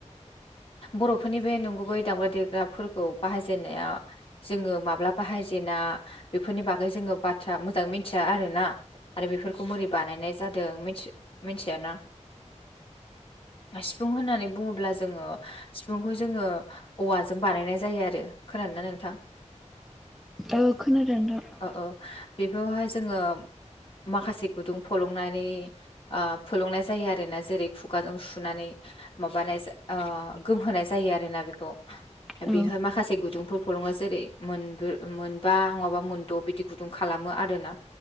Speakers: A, on the left (about 50°); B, in the centre.
A: बर'फोरनि बे नंगुबै दामग्रा देग्राफोरखौ बाहायजेननाया जोङो माब्ला बाहायजेना बेफोरनि बागै जोङो बा थ्रा मोजां मिथिया आरोना आरो बेफोरखौ मोरै बानायनाय जादों मिथि मिनथियाना सिफुं होननानै बुङोब्ला जोङो सिफुंखौ जोङो औवाजों बानायनाय जायो आरो खोनादोंना नोंथां
B: औ खोनादों नोथां
A: ओ ओ बेफोरहाय जोङो माखासे गुदुं फलंनानै आ फोलुंनाय जायो आरो ना जेरै खुगाजों सुनानै माबानाय ओ गोमहोनाय जायो आरोना बेखौ
B: औ
A: बेहाय माखासे गुदुं फुलुङो जेरै मोनदु मोनबा नङाबा मोनद' बिदि गुदुं खालामो आरोना